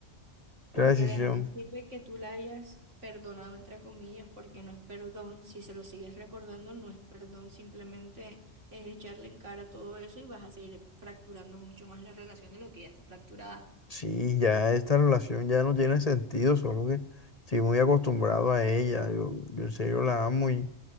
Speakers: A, on the right; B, on the left.
A: porque
B: La decisión,
A: de nada sirve que tú la hayas perdonado, entre comillas, porque no es perdón. Si se lo sigues recordando, no es perdón, simplemente es echarle en cara todo eso y vas a seguir fracturando mucho más la relación de lo que ya está fracturada.
B: sí, ya esta relación ya no tiene sentido, solo que estoy muy acostumbrado a ella, yo, yo en serio la amo y,